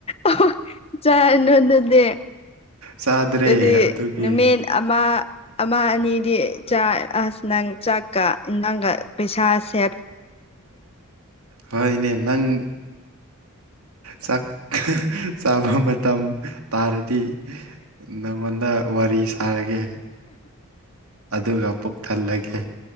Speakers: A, on the left; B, on the right.
A: ꯑꯍꯣ ꯆꯥꯔꯅꯣ ꯑꯗꯨꯗꯤ
B: ꯆꯥꯗ꯭ꯔꯦ
A: ꯑꯗꯨꯗꯤ
B: ꯑꯗꯨꯒꯤ
A: ꯅꯨꯃꯤꯠ ꯑꯃ ꯑꯃ ꯑꯅꯤꯗꯤ ꯆꯥꯏ ꯑꯁ ꯅꯪ ꯆꯥꯛꯀ ꯏꯟꯖꯥꯡꯒ ꯄꯩꯁꯥ ꯁꯦ
B: ꯍꯣꯏꯅꯦ ꯅꯪ ꯆꯥꯛ ꯆꯥꯕ ꯃꯇꯝ ꯇꯥꯔꯗꯤ ꯅꯪꯉꯣꯟꯗ ꯋꯥꯔꯤ ꯁꯥꯔꯒꯦ ꯑꯗꯨꯒ ꯄꯨꯛ ꯊꯜꯂꯒꯦ